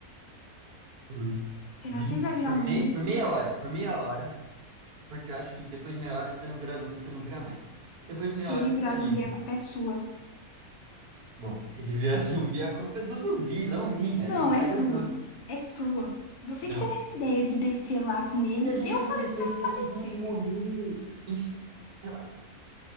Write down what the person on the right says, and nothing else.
Por,
vin-
por,
mei- por meia hora, por meia hora. Porque eu acho que depois de meia hora, se você não virar zumbi, você não vira mais. Depois de
meia hora,
você
tá livre.
Bom, se ele virar <laughs> zumbi, a culpa é do zumbi, não minha.
A gente
saiu
junto.
Não.
Se a gente
não
descesse,
ia todo
mundo morrer. Enfim, relaxa.